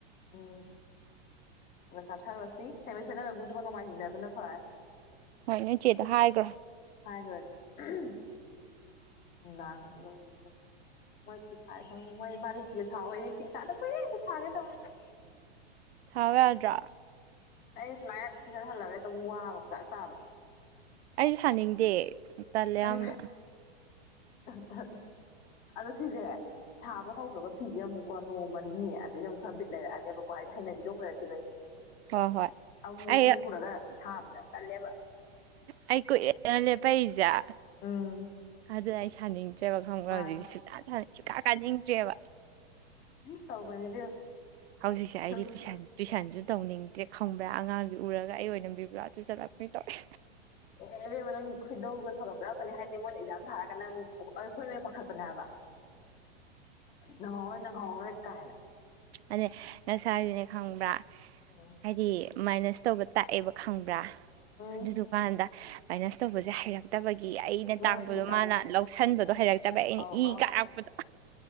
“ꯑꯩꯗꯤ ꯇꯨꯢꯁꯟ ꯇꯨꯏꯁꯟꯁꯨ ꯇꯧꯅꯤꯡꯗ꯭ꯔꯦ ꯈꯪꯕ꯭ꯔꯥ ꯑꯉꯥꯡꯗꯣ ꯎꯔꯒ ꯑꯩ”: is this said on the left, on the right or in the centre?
Right